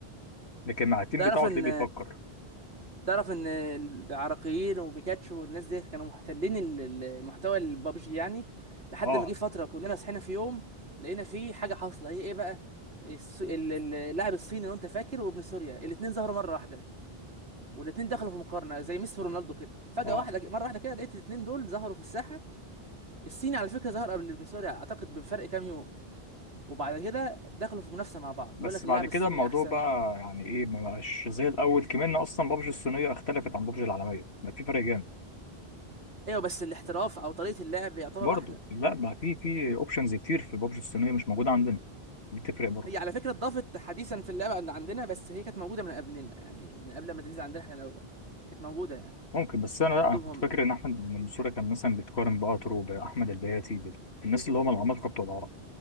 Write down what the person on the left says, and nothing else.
لكن مع التيم
بتاعه
تلاقيه بيفكر
اه
اه
بس
بعد كده
الموضوع
بقى يعني ايه ما بقاش زي الاول كمان اصلا بابجي الصينيه اختلفت عن بابجي العالميه بقى في فرق جامد
برضه
لا بقى في في اوبشنز كتير في بابجي الصينيه مش موجوده عندنا دي تفرق برضه
ممكن بس انا لا
انا كنت فاكر
ان احمد ان المنصوره كان مثلا بيتقارن باترو باحمد البياتي بال- بالناس اللي هم العمالقه بتوع العرب